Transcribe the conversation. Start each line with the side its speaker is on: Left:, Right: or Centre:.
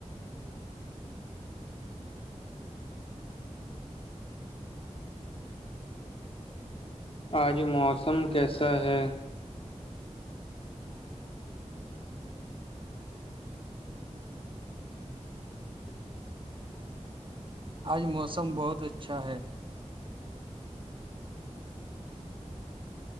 Left: آج موسم کیسا ہے
Right: آج موسم بہت اچھا ہے